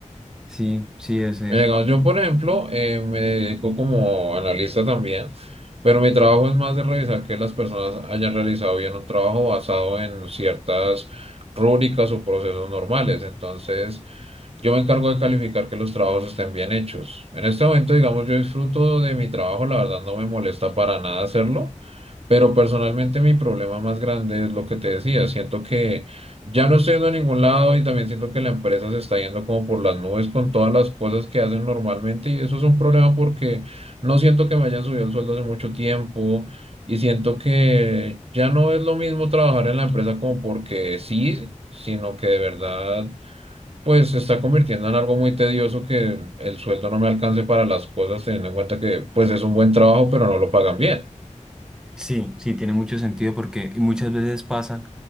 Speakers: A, in the centre; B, on the right.
A: Sí, sí, es eso.
B: Mira, cuando yo, por ejemplo, eh, me dedico como analista también, pero mi trabajo es más de revisar que las personas hayan realizado bien un trabajo basado en ciertas rúbricas o procesos normales. Entonces, yo me encargo de calificar que los trabajos estén bien hechos. En este momento, digamos, yo disfruto de mi trabajo, la verdad no me molesta para nada hacerlo, pero personalmente mi problema más grande es lo que te decía, siento que... Ya no estoy yendo a ningún lado y también siento que la empresa se está yendo como por las nubes con todas las cosas que hacen normalmente y eso es un problema porque no siento que me hayan subido el sueldo hace mucho tiempo y siento que ya no es lo mismo trabajar en la empresa como porque sí, sino que de verdad pues se está convirtiendo en algo muy tedioso que el sueldo no me alcance para las cosas teniendo en cuenta que pues es un buen trabajo pero no lo pagan bien.
A: Sí, sí, tiene mucho sentido porque y muchas veces pasa